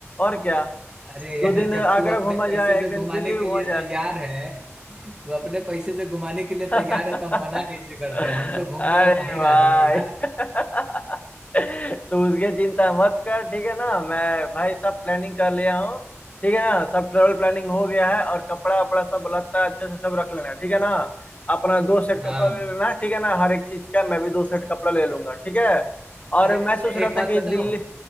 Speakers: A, on the left; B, on the right.
A: और क्या
B: अरे
A: दो
B: यार
A: दिन
B: जब
A: आगरा
B: तू अपने
A: घूमा
B: पैसे
A: जाए
B: से
A: एक दिन
B: घुमाने
A: दिल्ली
B: के
A: घूमा
B: लिए तैयार है तू अपने पैसे से घुमाने के लिए
A: जाए
B: तैयार है तो हम मना कैसे करते
A: <laughs>
B: हैं हम तो घूमने
A: अरे
B: में माहिर
A: भाई
B: आदमी है यार
A: <laughs> तू उसकी चिंता मत कर ठीक है ना मैं भाई सब प्लानिंग कर लिया हूँ ठीक है ना सब ट्रेवल प्लानिंग हो गया है और कपड़ा वपड़ा सब लगता अच्छे से सब रख लेना ठीक है ना अपना दो सेट
B: हाँ
A: कपड़ा ले लेना ठीक है ना हर एक चीज का मैं भी दो सेट कपड़ा ले लूंगा ठीक है और
B: अरे
A: मैं सोच रहा
B: एक बात
A: था कि
B: बताऊं
A: दिल्ली